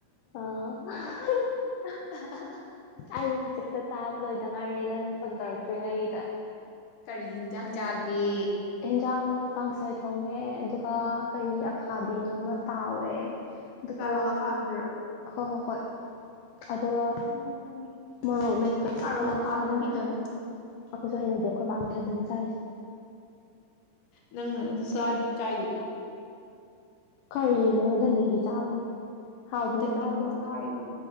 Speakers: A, on the left; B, on the left.
A: ꯑꯥ <unintelligible>
B: <unintelligible>
A: ꯑꯩ ꯍꯧꯖꯤꯛꯇ ꯆꯥꯕ ꯂꯣꯏꯗ ꯉꯥꯏꯔꯤ ꯅꯪ ꯐꯣꯟ ꯇꯧꯔꯛꯇ꯭ꯔꯤꯉꯩꯒꯤꯗꯣ
B: ꯀꯔꯤ ꯏꯟꯖꯥꯡ ꯆꯥꯒꯦ
A: ꯑꯦꯟꯖꯥꯡꯅ ꯀꯥꯡꯁꯣꯏ ꯊꯣꯡꯉꯦ ꯑꯗꯨꯒ ꯀꯩ ꯑꯈꯥꯕꯤꯅꯣꯃ ꯇꯥꯎꯋꯦ ꯑꯗꯨꯒꯀ
B: ꯀꯥꯔꯣꯜ ꯑꯈꯥꯕꯤꯗꯨꯔꯣ
A: ꯍꯣꯏ ꯍꯣꯏ ꯍꯣꯏ ꯑꯗꯨꯒ
B: ꯈꯪꯉꯤ ꯈꯪꯉꯤ
A: ꯃꯣꯔꯣꯛ ꯃꯦꯠꯄꯗꯨꯅ
B: ꯑꯩ ꯀꯥꯔꯣꯜ ꯑꯈꯥꯕꯤꯗꯣ
A: ꯆꯥꯅꯤꯡꯗ꯭ꯔꯦꯅ
B: ꯍꯩꯅꯗꯦꯉꯣ
A: ꯑꯩꯈꯣꯏꯁꯨ ꯍꯩꯅꯗꯦ ꯑꯩꯈꯣꯏ ꯄꯥꯝꯊꯗ ꯆꯔꯤꯁꯦ
B: ꯅꯪ ꯑꯗꯨꯁꯥ ꯆꯥꯗꯨꯗꯤ
A: ꯀꯔꯤꯅꯣ ꯗꯟꯗꯤꯒꯤ ꯆꯥꯕꯅꯦ ꯍꯥꯎꯗꯅ
B: ꯗꯟꯗꯤꯁ
A: ꯆꯥꯕ꯭ꯔꯣ
B: ꯆꯥꯔꯤꯕ